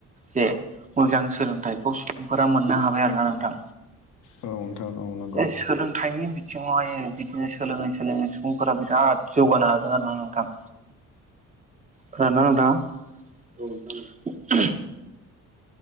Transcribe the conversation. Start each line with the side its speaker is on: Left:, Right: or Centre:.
Right: जे मोजां सोलोंथाइ बेखौ सुबुंफोरा मोननो हाबाय आरोना नोंथां।
Left: औ नोंथां औ नंगौ
Right: बे सोलोंथाइनि बिथिङावहायो बिदिनो सोलोङै सोलोङै सुबुंफोरा बिराथ जौगानो हागोन आरो ना नोंथां खोनादोंना नोंथां औ खोनादों